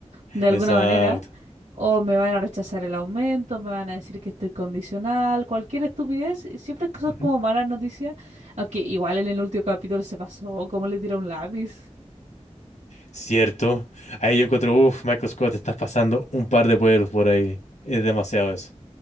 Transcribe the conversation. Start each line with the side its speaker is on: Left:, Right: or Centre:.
Right: de alguna
Left: Exacto.
Right: manera, o me van a rechazar el aumento, me van a decir que estoy condicional, cualquier estupidez, siempre cosas
Left: Ujú.
Right: como malas noticias, aunque igual en el último capítulo se pasó, como le tira un lápiz.
Left: Cierto. Ahí yo encuentro, uff, Michael Scott, estás pasando un par de pueblos por ahí. Es demasiado eso.